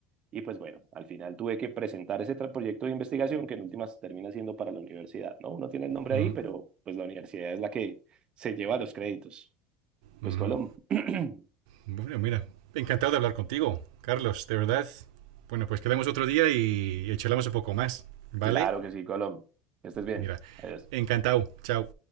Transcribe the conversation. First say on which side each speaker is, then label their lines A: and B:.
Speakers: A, on the right (about 25°); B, on the right (about 85°).
A: y pues bueno, al final tuve que presentar ese tra- proyecto de investigación que en últimas termina siendo para la universidad, ¿no? Uno tiene el nombre
B: mm,
A: ahí, pero pues la universidad es la que se lleva los créditos. Pues
B: mm.
A: Colom. <clears throat>
B: Bueno, mira. Encantado de hablar contigo, Carlos, de verdad. Bueno, pues quedamos otro día y, y charlamos un poco más, ¿vale?
A: Claro que sí, Colom. Que estés bien.
B: Mira.
A: Adiós.
B: Encantado. Chao.